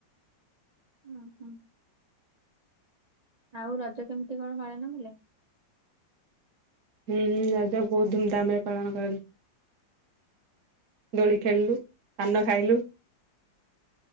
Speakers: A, on the right (about 75°); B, on the right (about 45°).
A: ହଁ ହଁ। ଆଉ ରଜ କେମିତି କଣ ପାଳନ ବଲେ?
B: ହୁଁ ହୁଁ ରଜ ବହୁତ ଧୁମଧାମ ରେ ପାଳନ କର ଦୋଳି ଖେଳିଲୁ, ପାନ ଖାଇଲୁ,